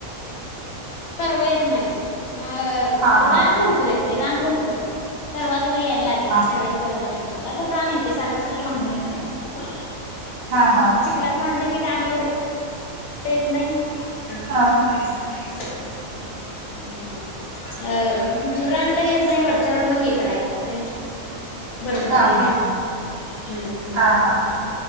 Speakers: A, on the left; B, on the right.
A: तरव येत नाहीत. अं
B: हा
A: ग्रांद
B: हा
A: भरपूर आहेत. ते रान भरपूर येतय. परवा त्याला यायला
B: हा
A: लागत
B: हा
A: नाही पर्वाची गरज लागल. मला तर रान येतय सारख सारख बांधणी करायला लागतात हो.
B: हा हा
A: मग चिकलात मांडलं कि तिला आम्ही एवढ. येत नाही. <unintelligible> <unintelligible>
B: हा
A: अ रानला येत नाही वरच्यावर मग हे कराय लागतय. बरबडतय
B: हा
A: ते हम्मं हम्मं.
B: हा हा